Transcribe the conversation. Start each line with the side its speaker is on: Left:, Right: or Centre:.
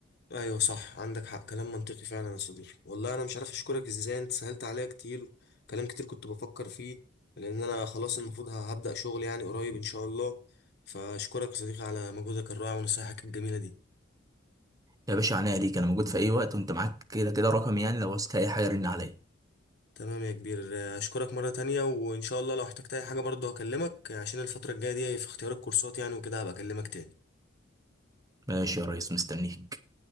Left: ايوه صح عندك حق كلام منطقي فعلا يا صديقي والله انا مش عارف اشكرك ازاي انت سهلت عليا كتير كلام كتير كنت بفكر فيه لان انا خلاص المفروض ه- هبدأ شغل يعني قريب ان شاء الله فاشكرك يا صديقي على مجهودك الرائع ونصايحك الجميلة دي
Right: يا باشا عينيا ليك انا موجود في اي وقت وانت معاك كده كده رقمي يعني لو عوزت اي حاجه رن عليا
Left: تمام يا كبير آه، اشكرك مرة تانية وان شاء الله لو احتجت اي حاجة برضه هكلمك عشان الفترة الجاية دي في اختيار الكورسات يعني وكده هبقى اكلمك تاني
Right: ماشي يا ريس مستنيك